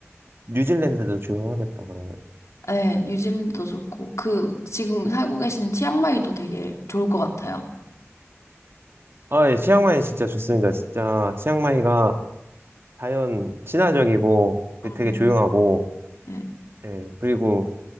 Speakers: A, on the right; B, on the left.
A: 뉴질랜드도 좋아하겠다, 그러면.
B: 네, 뉴질랜드도 좋고, 그, 지금 살고 계시는 치앙마이도 되게 좋을 것 같아요.
A: 아, 예, 치앙마이 진짜 좋습니다. 진짜, 치앙마이가 자연 친화적이고, 그
B: 음,
A: 되게 조용하고,
B: 네.
A: 예, 그리고,